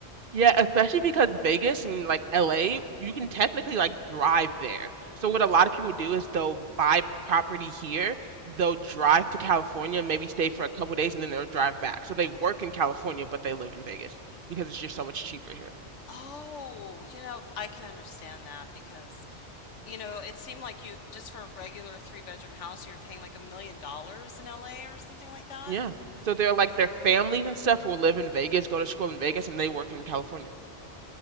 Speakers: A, on the right (about 55°); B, on the left (about 80°).
A: Yeah, especially because Vegas and like LA, you can technically like drive there. So what a lot of people do is they'll buy property here, they'll drive to California, maybe stay for a couple days, and then they'll drive back. So they work in California, but they live in Vegas because it's just so much cheaper here.
B: Oh, you know, I can understand that because, you know, it seemed like you just for a regular three bedroom house you were paying like a million dollars in LA or something like that.
A: Yeah. So they're like their families and stuff will live in Vegas, go to school in Vegas, and they work in California.